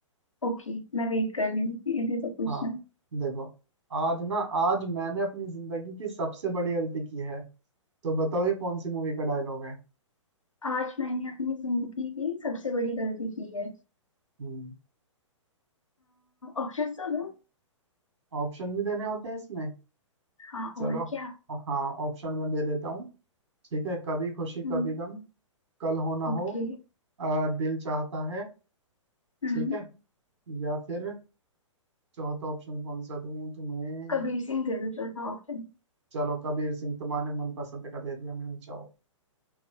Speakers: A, on the left; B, on the right.
A: ओके मैं वेट कर रही हूँ ये भी तो पूछना
B: हाँ देखो आज ना आज मैंने अपनी जिंदगी की सबसे बड़ी गलती की है तो बताओ ये कौन सी मूवी का डायलॉग है
A: आज मैंने अपनी जिंदगी की सबसे बड़ी गलती की है
B: हम्म
A: ऑप्शन तो दो
B: ऑप्शन भी देने होते हैं इसमें
A: हाँ
B: चलो
A: और क्या
B: हाँ ऑप्शन में दे देता हूँ ठीक है कभी खुशी
A: हम्म
B: कभी गम कल हो ना
A: ओके
B: हो आ, दिल चाहता है
A: हम्म
B: ठीक है या फिर चौथा ऑप्शन कौन सा दूँ तुम्हें
A: कबीर सिंह दे दो चौथा option
B: चलो कबीर सिंह तुम्हारे मनपसंद का दे दिया मैंने चाहो